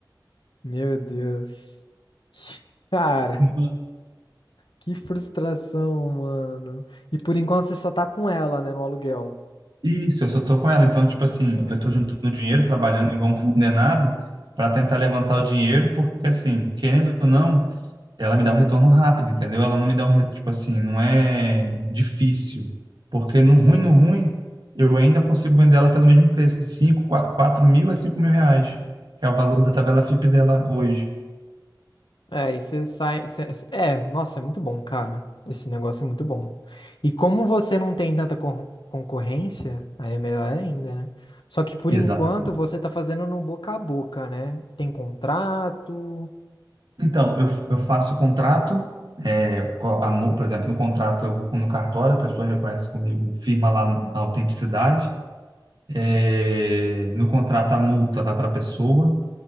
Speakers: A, on the left; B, on the right.
A: Meu Deus. <laughs> Cara,
B: <laughs>
A: que frustração, mano. E por enquanto você só tá com ela, né, no aluguel.
B: Isso, eu só tô com ela. Então, tipo
A: Insano.
B: assim, eu tô juntando
A: Entendi.
B: dinheiro, trabalhando igual um condenado para tentar levantar o dinheiro, porque assim, querendo ou não, ela me dá um retorno rápido, entendeu? Ela não me dá um, re- tipo assim, não é difícil. Porque
A: Sim.
B: no ruim, no ruim, eu ainda consigo vender ela pelo mesmo preço, de 5 quatro mil a cinco mil reais, que é o valor da tabela FIP dela hoje.
A: É, e você sai. cê- cê- é, nossa, é muito bom, cara. Esse negócio é muito bom. E como você não tem tanta con- concorrência, aí é melhor ainda, né? Só que por
B: Exatamente.
A: enquanto você tá fazendo no boca a boca, né? Tem contrato.
B: Então, eu, eu faço o contrato, é, co- a mu- por exemplo, no contrato eu vou no cartório, a pessoa reconhece comigo, firma lá a autenticidade. É, no contrato a multa vai para a pessoa,